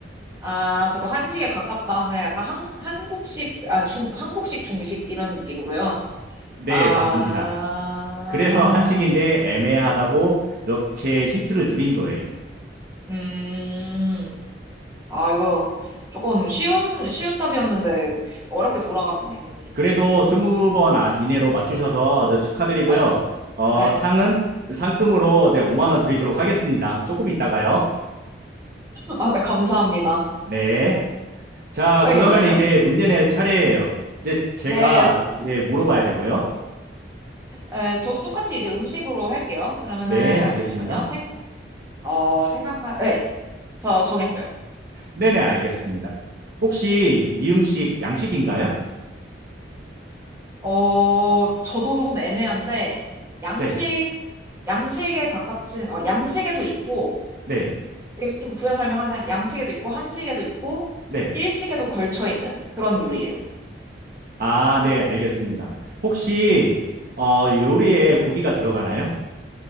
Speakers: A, on the right; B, on the right.
A: 아, 그래도 한식에 가깝다. 그냥 약간 한, 한국식, 아, 중, 한국식 중식 이런 느낌으로요.
B: 네,
A: 아,
B: 맞습니다. 그래서 한식인데 애매하다고 이렇게 힌트를 드린 거예요.
A: 음, 아, 이거 조금 쉬운, 쉬운 답이었는데, 어렵게 돌아갔네, 괜히.
B: 그래도 스무 번 아- 이내로 맞추셔서 이제 축하드리고요.
A: 에,
B: 어,
A: 에.
B: 상은 상금으로 이제 5만 원 드리도록 하겠습니다. 조금 있다가요.
A: <laughs> 아, 네, 감사합니다.
B: 네. 자,
A: 어,
B: 그러면
A: 이번에는
B: 이제 문제 낼 차례예요. 이제 제가
A: 네,
B: 예, 물어봐야 되고요.
A: 에, 저도 똑같이 이제 음식으로 할게요. 그러면은
B: 네, 알겠습니다.
A: 잠시만요. 생, 어, 생각할, 네, 저 정했어요.
B: 네네, 알겠습니다. 혹시 이 음식 양식인가요?
A: 어, 저도 조금 애매한데 양식,
B: 네,
A: 양식에 가깝진, 어, 양식에도 있고
B: 네,
A: 이게 좀 부연 설명하면 양식에도 있고 한식에도 있고
B: 네.
A: 일식에도 걸쳐 있는 그런 요리예요.
B: 아, 네, 알겠습니다. 혹시 어, 요리에 고기가 들어가나요?